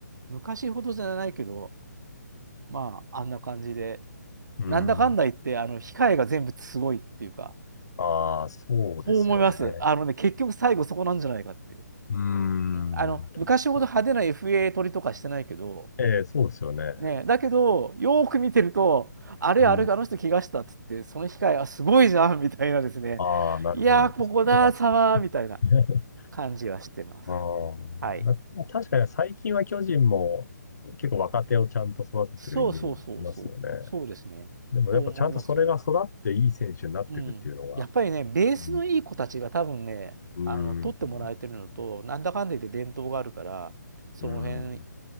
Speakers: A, on the right; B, on the left.
A: 昔ほどじゃないけど、まあ、あんな感じで、
B: ーん。
A: なんだかんだ言って、あの、控えが全部すごいっていうか、
B: ああ、そうですよね。
A: そう思います。あのね、結局最後そこなんじゃないかっていう。
B: うーん。
A: うんあの、
B: 確かに。
A: 昔ほど派手な FA 取りとかしてないけど、
B: ええ、そうですよね。
A: ね、だけど、よーく見てると、あれ、
B: うん。
A: あれ、あの人怪我したっつって、その機械、あ、すごいじゃんみたいなですね、
B: ああ、なるほど。
A: いやー、ここだ、
B: そうなんですね。
A: サマーみたいな
B: <laughs>
A: 感じはしてます。
B: ああ、
A: はい。
B: な確かに最近は巨人も結構若手をちゃんと育ててるイメージいますよね。
A: そうそうそうそう、そうですね。
B: でもやっぱちゃんとそれが育っていい選手になっていくっていうのが、
A: そう思います。うん。やっぱりね、ベースのいい子たちが多分ね、
B: うん、うーん、
A: あの、取ってもらえてるのと、なんだかんだ言って伝統があるから、その辺、
B: うん、